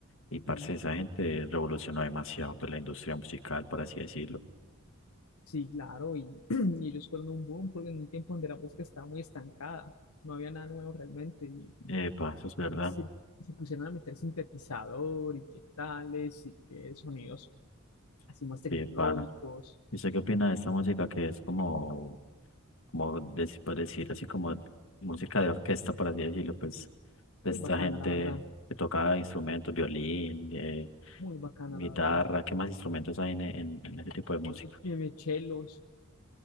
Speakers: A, on the left (about 60°); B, on the left (about 90°).
A: Y parce,
B: Ujú.
A: esa gente revolucionó demasiado pues, la industria musical, por así decirlo.
B: Sí, claro. Y, <clears throat> y ellos fueron un boom porque en un tiempo donde la música estaba muy estancada. No había nada nuevo realmente. Y
A: Epa, eso es verdad.
B: se, se pusieron a meter sintetizador y qué tales y qué sonidos así más tecnológicos.
A: Bien, pana. ¿Y usted qué opina de esta música que es como, como dec- por decir así, como música de orquesta, por así decirlo, pues, de
B: Muy
A: esta
B: bacana,
A: gente
B: la verdad.
A: que toca instrumentos, violín, eh,
B: muy bacana,
A: guitarra,
B: la verdad.
A: ¿qué más instrumentos hay en, en, en ese tipo de música?
B: Y Tiene chelos,